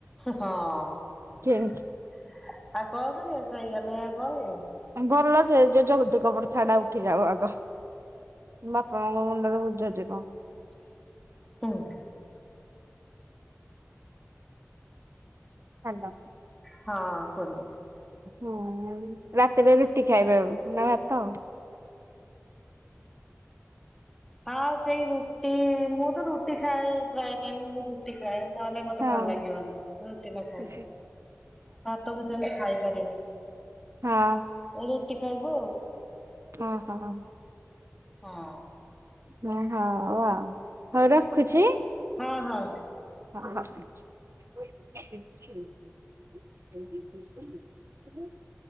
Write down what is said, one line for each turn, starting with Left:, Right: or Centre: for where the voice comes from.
Centre: ହଁ ଆଉ
Right: କିଣି
Centre: କଣ କରିବ, ସେଇଆ ନୁହେଁ ଆଉ କଣ କି?
Right: ଭଲ ଯେ, ଯୋଉ ଯୌତୁକ ପ୍ରଥାଟା ଉଠି ଯାଉ ଆଗ। ବାପା ମାଙ୍କ ମୁଣ୍ଡରେ ବୋଝ ଯିବ।
Centre: ହୁଁ।
Right: ହାଲୋ।
Centre: ହଁ କୁହନ୍ତୁ?
Right: ହଁ ରାତିରେ ରୁଟି ଖାଇବେ ଆଉ, ନା ଭାତ?
Centre: ଆଉ ସେଇ ରୁଟି ମୁଁ ତ ରୁଟି ଖାଏ ପ୍ରାୟ ଟାଇ ରୁଟି ଖାଏ, ନହେଲେ ମତେ
Right: ହଁ।
Centre: ଭଲ ଲାଗିବନି ରୁଟି ନ ଖାଇଲେ।
Right: ହଁ ହଁ
Centre: ହଁ ତ ମୁଁ ସେମିତି ଖାଇପାରିନି।
Right: ହଁ।
Centre: ଏ ରୁଟି ଖାଇବୁ ଆଉ।
Right: ହଁ ହ।
Centre: ଆଉ
Right: ହଉ ଆଉ ହଁ ରଖୁଛି।
Centre: ହଁ ହଁ।
Right: ହଁ <unintelligible> <unintelligible>